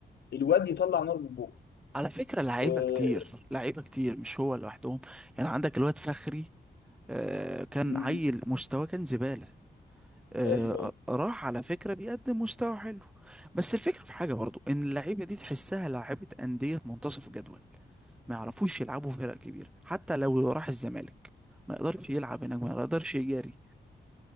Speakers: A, on the left (about 70°); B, in the centre.
A: الواد يطلع نار من بوقه
B: على فكرة لعيبة
A: آه...
B: كتير لعيبة كتير مش هو لوحدهم يعني عندك الواد فخري آه كان
A: مم،
B: عيل مستواه كان زبالة آه
A: ايوه ايوه
B: آه، راح على فكرة بيقدم مستوى حلو بس الفكرة في حاجة برضو ان اللعيبة دي تحسها لعيبة أندية منتصف الجدول ما يعرفوش يلعبوا في فرق كبيرة حتى لو راح الزمالك ما يقدرش يلعب هناك ما يقدرش يجاري